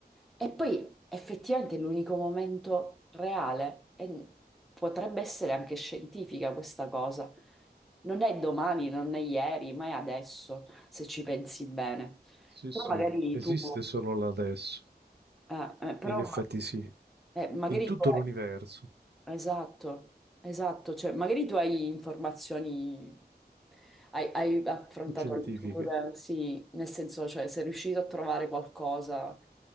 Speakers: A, in the centre; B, on the right.
A: E poi effettivamente è l'unico momento reale, e potrebbe essere anche scientifica questa cosa. Non è domani, non è ieri, ma è adesso, se ci pensi bene.
B: sì,
A: Però
B: sì.
A: magari
B: esiste
A: tu,
B: solo là adesso.
A: eh, eh, però,
B: In effetti sì,
A: eh, magari
B: in tutto
A: tu
B: l'universo.
A: Esatto, esatto, cioè magari tu hai informazioni, hai, hai affrontato
B: Scientifiche.
A: letture, sì, nel senso, cioè sei riuscito a trovare qualcosa.